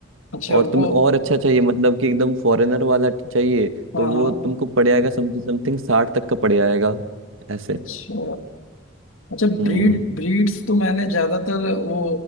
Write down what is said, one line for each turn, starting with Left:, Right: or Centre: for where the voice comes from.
Left: अच्छा
Right: और तुम्हें
Left: वो
Right: और अच्छा चाहिए मतलब कि एकदम फॉरेनर वाला चाहिए
Left: हाँ
Right: तो वो
Left: हाँ
Right: तुमको पड़ जाएगा समथिंग समथिंग साठ तक का पड़ जाएगा ऐसे
Left: अच्छा अच्छा
Right: हम्म
Left: ब्रीड ब्रीड्स तो मैंने ज्यादातर वो